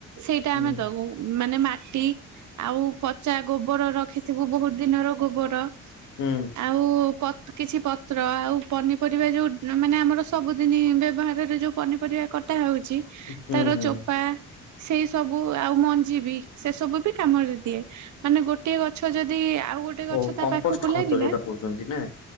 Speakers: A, on the right; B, on the left.
A: ସେଇଟା
B: ହୁଁ
A: ଆମେ ଦୋଉ ମାନେ ମାଟି ଆଉ ପ ଚା ଗୋବର ରଖିଥିବୁ ବୋହୁତ ଦିନର ଗୋବର।
B: ହୁଁ।
A: ଆଉ ପ କିଛି ପତ୍ର ଆଉ ପନିପରିବା ଯୋଉ ମାନେ ଆମର ସବୁଦିନି ବ୍ୟବହାରରେ ଯୋଉ ପନିପରିବା କ ଟା ହୋଉଚି
B: ହୁଁ
A: ତାର
B: ହୁଁ
A: ଚୋପା। ସେଇ ସବୁ ଆଉ ମଞ୍ଜି ବିି ସେ ସବୁ ବି କାମରେ ଦିଏ। ମାନେ ଗୋଟିଏ ଗଛ ଯଦି ଆଉ ଗୋ ଗୋଟେ ଗଛ
B: ଓ
A: ତା
B: କମ୍ପୋଷ୍ଟ
A: ପାଖକୁ
B: ଖତ
A: ଲାଗିଲା
B: ଯୋଉଟା କହୁଛନ୍ତି ନା